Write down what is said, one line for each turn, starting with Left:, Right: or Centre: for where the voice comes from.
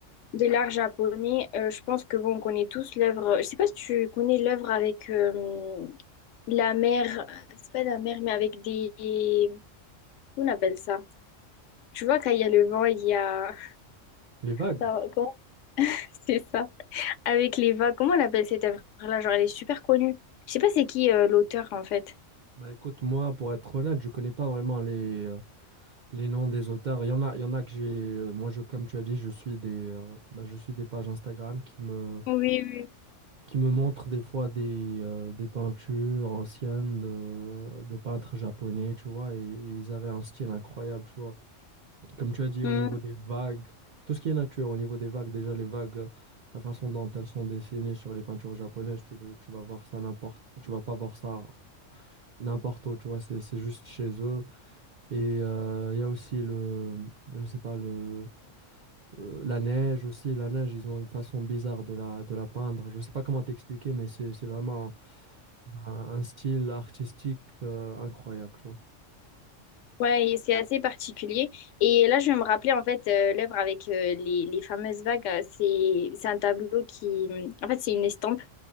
Left: de l'art japonais. Euh, je pense que bon, on connaît tous l'œuvre. Je sais pas si tu connais l'œuvre avec euh, la mer. C'est pas la mer, mais avec des. Comment on appelle ça? Tu vois, quand il y a le vent, il y a.
Right: Les vagues.
Left: Ça, comment? <laughs> C'est ça. Avec les vagues, comment on appelle cette œuvre-là? Genre, elle est super connue. Je sais pas c'est qui euh, l'auteur en fait.
Right: Bah écoute, moi, pour être honnête, je connais pas vraiment les, euh, Les noms des auteurs, il y en a, il y en a que j'ai. euh, moi, je, comme tu as dit, je suis des, euh, bah, je suis des pages Instagram qui me,
Left: Oui, oui.
Right: qui me montrent des fois des, euh, des peintures anciennes de, de peintres japonais, tu vois, et, et ils avaient un style incroyable, tu vois. Comme tu as dit,
Left: Hmm.
Right: au niveau des vagues, tout ce qui est nature, au niveau des vagues, déjà les vagues, euh, la façon dont elles sont dessinées sur les peintures japonaises, tu, peux- tu vas voir ça n'importe, tu vas pas voir ça n'importe où, tu vois, c'est, c'est juste chez eux. Et euh, il y a aussi le, je sais pas, le Euh, la neige aussi, la neige, ils ont une façon bizarre de la, de la peindre. Je sais pas comment t'expliquer, mais c'est, c'est vraiment un, un style artistique euh, incroyable, tu vois.
Left: Ouais, et c'est assez particulier. Et là, je vais me rappeler en fait euh, l'œuvre avec euh, les, les fameuses vagues. euh, C'est c'est un tableau qui, en fait, c'est une estampe.